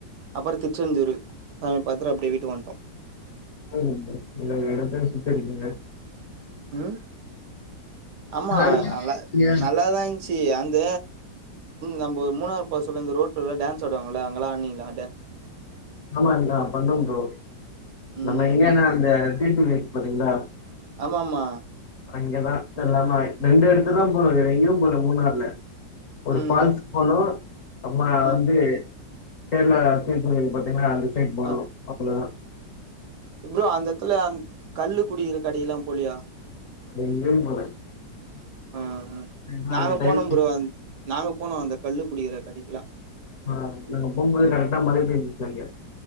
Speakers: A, on the right; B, on the left.
A: அப்பறொ திருச்செந்தூரு சாமி பாத்துட்டு அப்டியே வீட்டுக் வந்ட்டோ
B: <unintelligible> எல்லா எடத்தையு சுத்திருக்கிங்க
A: ம் ஆமா
B: எல்லா எடத்தையு
A: நல்
B: நீங்க
A: நல்லாதா இரு சி அந்த நம்ப ஒரு மூணாறு பேரச்சுல சொல்ல இந்த ரோட்ல டான்ஸ் ஆடுவாங்களா அங்கல்லா ஆட்னீங்களா
B: ஆமா‌ ந பண்ண ப்ரோ
A: ம்
B: நம்ம எங்கன்னா அந்த தீட்டு வீட் பாத்திங்களா
A: ஆமா மா
B: அங்கேதா எல்லாமே ரெண்டு எடத்துதா போனோ வேற எங்கியு போல மூணாற்ல ஒரு
A: ம்
B: ஃபால்ஸ் போனோ அப்புறோ
A: ஆ
B: வந்து கேர்ள சேக்கு இருக்கு பாத்தீங்கல்லா அது சேக்பானு
A: ஆ
B: அப்பலா
A: ப்ரோ அந்த எத்துல கல்லு குடிக்கிற கடைக்ல்லா போலியா
B: எங்கியு போல
A: ஆ
B: ஏன்னா
A: நாங்க
B: அந்த டைம்ல
A: போனோ ப்ரோ நாங்க போனோ அந்த கல்லு குடிக்கிற கடைக்கலா
B: ஆ நாங்க போம்போது கரெக்டா மழை பேஞ்சுச்சு அங்க